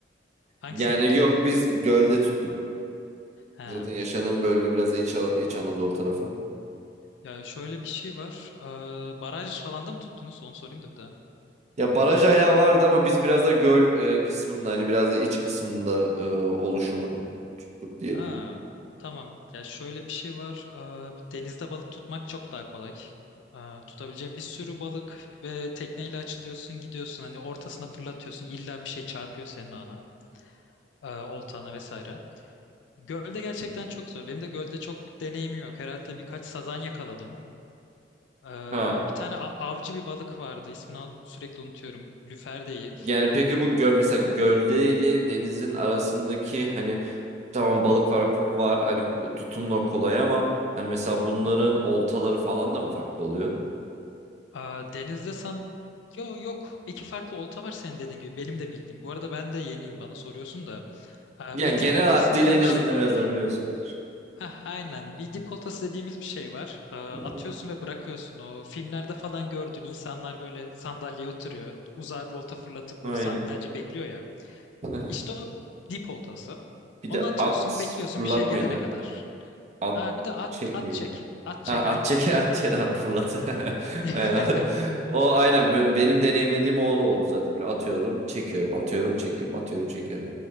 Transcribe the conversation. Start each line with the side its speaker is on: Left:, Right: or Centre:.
Left: Hangisini
Right: Yani
Left: yaptın?
Right: yok biz gölde tuttuk.
Left: He.
Right: Zaten yaşadığım bölge biraz da İç, Ana- İç Anadolu tarafı.
Left: Ya şöyle bir şey var. Aa, baraj falan da mı tuttunuz? Onu sorayım da bir daha.
Right: Ya baraj ayağı vardı ama biz biraz da göl e, kısmında hani biraz da iç kısmında e, oluşumun tuttuk diyelim.
Left: Ha, tamam. Ya şöyle bir şey var. Aa, Denizde balık tutmak çok daha kolay. Aa, Tutabileceğin bir sürü balık ve tekneyle açılıyorsun, gidiyorsun. Hani ortasına fırlatıyorsun. İlla bir şey çarpıyor senin ağına, aa, oltana vesaire. Gölde gerçekten çok zor. Benim de gölde çok deneyimim yok. Herhalde birkaç sazan yakaladım. Aa,
Right: Ha.
Left: bir tane a- avcı bir balık vardı. İsmini a- sürekli unutuyorum. Lüfer değil.
Right: Yani peki bu göl mesela gölde ile denizin arasındaki hani tamam balık farkı var hani tutum da kolay ama hani mesela
Left: Hı
Right: bunların
Left: hı.
Right: oltaları falan da mı farklı oluyor?
Left: Aa, denizde san... Yo, yok. iki farklı olta var senin dediğin gibi. Benim de bildiğim. Bu arada ben de yeniyim bana soruyorsun da. Aa,
Right: Yani
Left: bir
Right: genel
Left: dip oltası
Right: hattıyla
Left: denen
Right: en azından
Left: bir şey var.
Right: biraz daha biliyorsundur.
Left: Hah, aynen. Bir dip oltası dediğimiz bir şey var. Aa,
Right: Hı
Left: atıyorsun
Right: hı.
Left: ve bırakıyorsun. O filmlerde falan gördüğün insanlar böyle sandalyeye oturuyor. Uzağa bir olta fırlatıp
Right: Aynen.
Left: böyle saatlerce bekliyor ya.
Right: <laughs>
Left: İşte o dip oltası.
Right: Bir
Left: Onu
Right: de
Left: atıyorsun,
Right: at
Left: bekliyorsun
Right: fırlat
Left: bir şey gelene
Right: mıydı?
Left: kadar.
Right: At
Left: Aa, bir de at,
Right: çek
Left: at
Right: miydi?
Left: çek. At çek
Right: Ha at
Left: aynen.
Right: çek <laughs> at çek at fırlat. <laughs>
Left: <laughs>
Right: Aynen. O aynen ben-
Left: Ee,
Right: benim deneyimlediğim o oldu zaten böyle atıyorum çekiyorum atıyorum çekiyorum atıyorum çekiyorum.